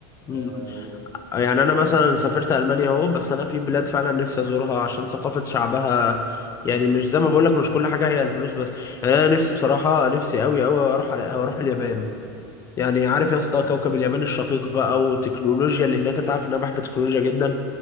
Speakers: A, on the right (about 30°); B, on the left (about 25°).
A: آه،
B: مم.
A: و-
B: آه، يعني
A: هي
B: انا
A: دي الفكره
B: مثلا سافرت المانيا اهو بس انا في بلاد فعلا نفسي ازورها عشان ثقافة شعبها يعني مش زي ما بقول لك مش كل حاجة هي الفلوس بس يعني انا نفسي بصراحة نفسي قوي قوي اروح اروح اليابان يعني عارف يا اسطى كوكب اليابان الشقيق بقى والتكنولوجيا اللي هناك انت عارف ان انا بحب التكنولوجيا جدا